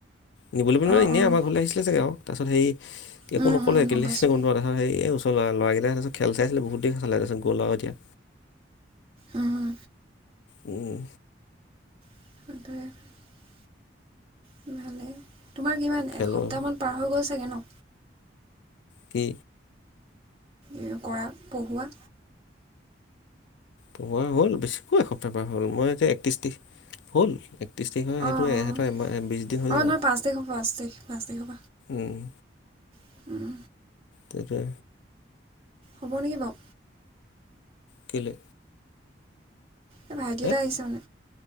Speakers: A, on the left; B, on the right.
A: নিবলে বুলি মানে
B: অঁ
A: এনে
B: অঁ
A: আমাৰ ঘৰলে আহিছিলে চাগে আৰু তাৰপিছত সেই একো
B: উম
A: নক'লে
B: উম গম
A: কেলেই
B: পাইছোঁ
A: আহিছিলে <unintelligible> এই ওচ ল'ৰা, ল'ৰাকেইটাই পিছত খেল চাই আছিলে, বহুত দেৰি চালে। তাৰপিছত গ'ল আৰু এতিয়া।
B: উম
A: উম।
B: <inaudible> ভালে তোমাৰ কিমান,
A: খেলৰ
B: এসপ্তাহ মান পাৰ হৈ গৈছ <unintelligible> ন?
A: কি?
B: এয়া কৰা, পঢ়োৱা?
A: পঢ়োৱা হ'ল, বেছি ক'ত এসপ্তাহৰ পৰা হ'ল? মই আজি একত্ৰিশ তাৰিখ, হ'ল, এক ত্ৰিছ তাৰিখৰ সেইটো,
B: অঁ অঁ
A: এহঁতৰ এমাহ, এ, বিছ দিন হৈ যাব।
B: অঁ নহয় পাঁচ তাৰিখৰ পৰা পাঁচ তাৰিখ পাঁচ তাৰিখৰ
A: উম।
B: পৰা
A: সেইটোৱে।
B: হ'ব নেকি বাৰু।
A: কেলে?
B: এ ভাইটি
A: হে
B: এটা আহিছে মানে।